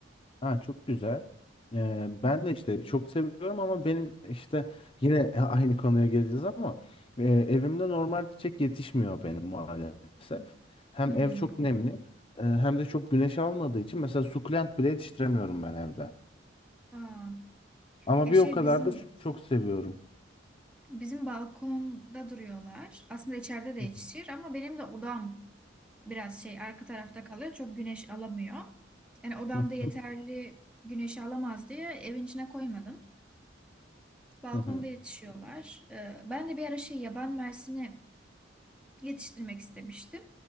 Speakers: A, on the left; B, in the centre.
A: Ha çok güzel. Ee, ben de işte çok seviyorum ama benim işte yine <laughs> aynı konuya geleceğiz ama e, evimde normal çiçek yetişmiyor benim maalesef. Hem
B: Hmm.
A: ev çok nemli e, hem de çok güneş almadığı için mesela sukulent bile yetiştiremiyorum ben evde.
B: Aa.
A: Ama
B: Ya
A: bir
B: şey
A: o kadar
B: bizim
A: da çok seviyorum.
B: Bizim balkonda duruyorlar. Aslında içeride de
A: <laughs>
B: yetişir ama benim de odam biraz şey arka tarafta kalıyor. Çok güneş alamıyor. Yani odamda
A: Hı
B: yeterli
A: hı.
B: güneşi alamaz diye evin içine koymadım. Balkonda
A: Hı hı.
B: yetişiyorlar. Ee, Ben de bir ara şey yaban mersini yetiştirmek istemiştim.